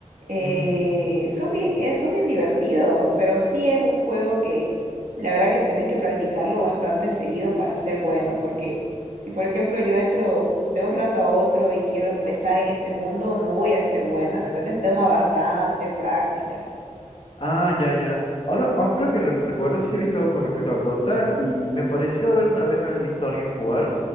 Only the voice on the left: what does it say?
Mm.
Ah, ya, ya. Ahora, ahora que re- recuerdo, sí he visto algo con respecto al Dota y me pareció haber una vez haber visto a alguien jugar,